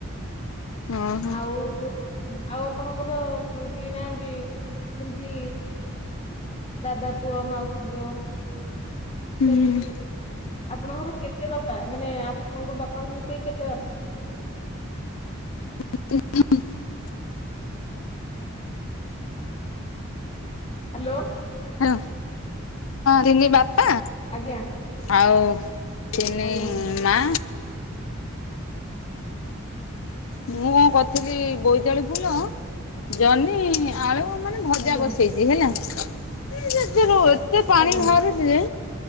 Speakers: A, on the left; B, on the left.
A: ଓହୋ
B: ଆଉ ଯୋଉ ଆଉ ଆପଣଙ୍କର କେ କେ ନାହାନ୍ତି କି ଦାଦା ପୁଅ ମାଉସୀ ପୁଅ
A: ହୁଁ
B: ସେମିତି କି ଆପଣଙ୍କର କେତେ ବା ପା ମାନେ ଆପଣଙ୍କ ବାପାଙ୍କୁ ମିଶେଇକି କେତେ ବାପା?
A: <unintelligible>
B: ହ୍ୟାଲୋ।
A: ହଁ ତିନି ବାପା
B: ଆଜ୍ଞା।
A: ଆଉ ତିନି
B: ଆଜ୍ଞା
A: ମା। ମୁଁ କଣ କରିଥିଲି ବୋଇତ ଆଳୁ ଫୁଲ ଜହ୍ନି ଆଳୁ ମାନେ ଭଜା
B: ଆଜ୍ଞା
A: ବସେଇଛି ହେଲା ଉ ଜେଜେ ରୁ ଏତେ ପାଣି
B: ଆଜ୍ଞା
A: ବାହାରୁଛି ଯେ